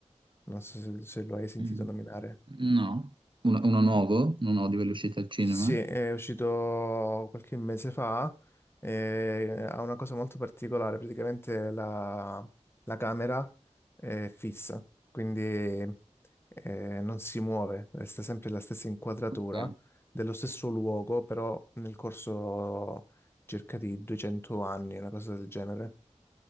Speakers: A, on the left; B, on the right.
A: Non so se, se lo hai sentito
B: Mm.
A: nominare.
B: No, uno, uno nuovo, uno nuovo di velocità al cinema.
A: Sì, è uscito qualche mese fa, eh, ha una cosa molto particolare, praticamente la, la camera è fissa, quindi eh, non si muove, resta sempre la stessa inquadratura
B: Ok.
A: dello stesso luogo, però nel corso circa di 200 anni, una cosa del genere.